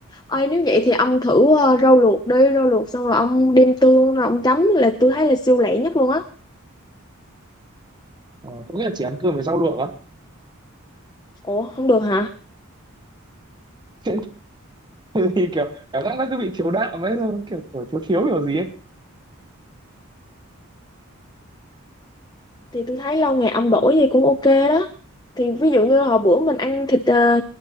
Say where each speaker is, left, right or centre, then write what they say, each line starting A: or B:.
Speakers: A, on the left (about 20°); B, on the right (about 20°).
A: ơi nếu vậy thì ông thử ờ, rau luộc đi, rau luộc xong rồi ông đem tương rồi ông chấm là tôi thấy là siêu lẹ nhất luôn á.
B: ờ, có nghĩa là chỉ ăn cơm với rau luộc á
A: Ủa, không được hả?
B: <laughs> thế, thì kiểu cảm giác nó cứ bị thiếu đạm ấy xong kiểu, kiểu thiếu thiếu kiểu gì ấy
A: Thì tôi thấy lâu ngày ông đổi gì cũng ok đó. Thì ví dụ như hồi bữa mình ăn thịt ờ,